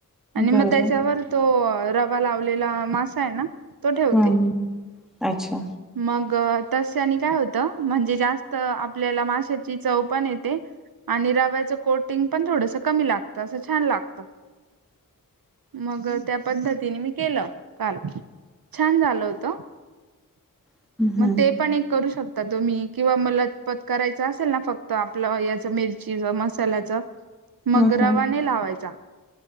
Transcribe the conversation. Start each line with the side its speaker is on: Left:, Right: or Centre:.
Right: आणि
Centre: बरं
Right: मग त्याच्यावर तो रवा लावलेला मासा आहे ना, तो ठेवते.
Centre: हम्म अच्छा
Right: मग तस आणि काय होतं म्हणजे जास्त आपल्याला माशची चव पण येते. आणि रव्याचं कोटिंग पण थोडस कमी लागतं असं छान लागत. मग त्या पद्धतीने मी केलं काल छान झाल होत
Centre: हम्म
Right: मग
Centre: हम्म
Right: ते पण एक करू शकतो. तुम्ही किंवा मलतपत करायच असेल ना फक्त आपलं याच मिरची मस्त मसाल्याचा मग
Centre: हम्म
Right: रावा
Centre: हम्म
Right: नइ लावायचा.